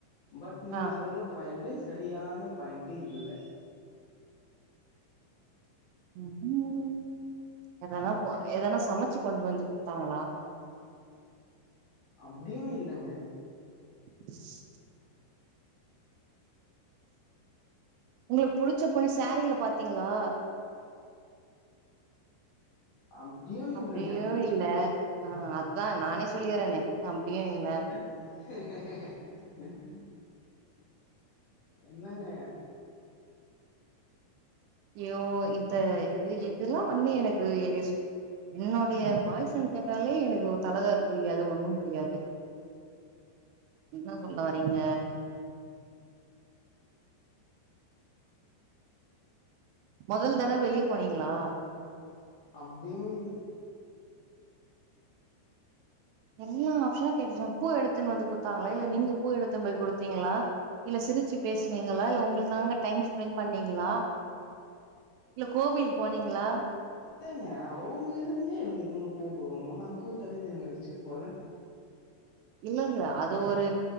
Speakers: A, on the left; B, on the right.
A: பட் நீங்க
B: ஆ
A: சொல்ற பாயிண்ட்டு செரியான பாயிண்டு இல்ல
B: ம் ம் எதனா போ எதனா சமச்சு கொண்டு வந்து குடுத்தாங்களா
A: அப்டியு இல்லங்க
B: <inaudible> உங்களுக்கு புடிச்ச பொண்ணு சேரீல பாத்தீங்களா
A: அப்டியு
B: அப்டியு
A: இல்லங்க
B: இல்ல ஆ அதா நானே சொல்லிறேனே அப்டியு இல்ல
A: <unintelligible> என்னங்க
B: ஐயோ இந்த இது இதுலா வந்து எனக்கு யோ என்னுடைய பாய் ஃப்ரண்ட் கேட்டாலே எனக்கு ஒ தலக்கால் புரியாது ஒண்ணும் புரியாது என்ன சொல்ல வரீங்க மொதல் தட வெளிய போனீங்களா
A: அப்டியு இல்
B: எல்லா ஆப்ஷனு கேட்டுச்ச பூ எடுத்துன்னு வந்து குத்தாங்களா இல்ல நீங்க பூ எடுத்துன் போய் குடுத்தீங்களா இல்ல சிரிச்சி பேசுனீங்களா இல்ல உங்களுக்காங்க டைம் ஸ் பென் பண்ணீங்களா இல்ல கோவில் போனீங்களா
A: ஏங்க அவங்க எதுக்குங்க எனக்கு பூ எத்து வந்து குடுக்கணு நா பூ தலைலயாங்க வச்சுக்க போறே
B: இல்ல இல்ல அது ஒரு